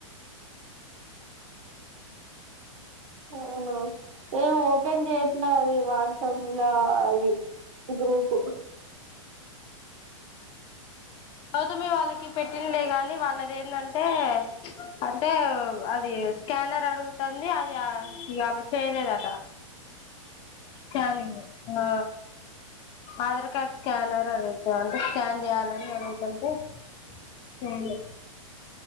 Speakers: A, on the right; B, on the left.
A: అవునా ఏం ఓపెన్ చేయట్లే అది వాట్సాప్ లో ఇవి గ్రూపు
B: అవుతే మీ వాళ్ళకి పెట్ ట్టిన్లే కాని వాళ్ళది ఏంటంటే అంటే అది స్కానర్ అడుగుతుంది అది ఆ ఇగా ఆమె చేయలేదంట కాలింగూ ఆ ఆధార్ కార్డ్ స్కానర్ అడుగుతాం అంటే స్కాన్ చేయాలని అడు ంటే చెయ్యలే